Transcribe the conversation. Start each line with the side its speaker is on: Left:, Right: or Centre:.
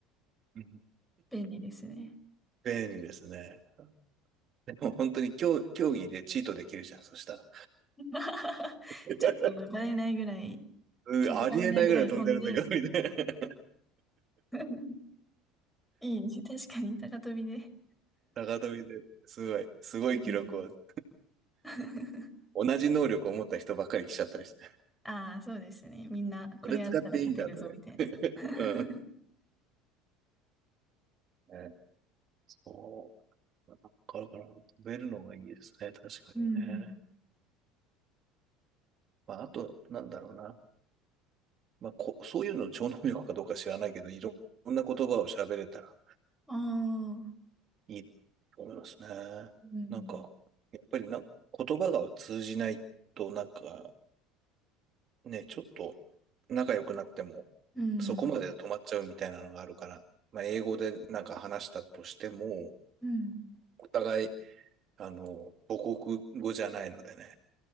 Right: うん
Centre: 便利ですね。
Right: 便利ですね。でも本当に競、
Centre: なんか
Right: 競技でチートできるじゃん、そしたら。
Centre: <laughs>
Right: <laughs>
Centre: ちょっと慣れないぐらい
Right: うんありえないぐらい飛んでるんだけど、
Centre: 気づかれないぐらい飛んで。
Right: みたいな。
Centre: <laughs> いいね。確かに、高飛びで。
Right: <laughs> 高飛びで。すごい、すごい記録
Centre: うん。<laughs>
Right: を。同じ能力を持った人ばっかり来ちゃったりして。
Centre: ああ、そうですね。みんな、これやったら勝てるぞ、
Right: それ使っていいんだとか言っ
Centre: みたいな。<laughs>
Right: て。うん。ね、そう。だからかな、飛べるのがいいですね。確かにね。
Centre: うん。
Right: まあ、あと、なんだろうな。まあ、こそういうの超能力かどうか知らないけど、いろんな言葉を喋れたら
Centre: ああ、
Right: いいと思いますね。
Centre: うん。
Right: なんか、やっぱりな、言葉が通じないと、なんか、ね、ちょっと仲良くなっても、
Centre: うん、
Right: そこまで止まっちゃうみたいなのがあるから、まあ、英語でなんか話したとしても、
Centre: うん。
Right: お互い、あの、母国語じゃないのでね、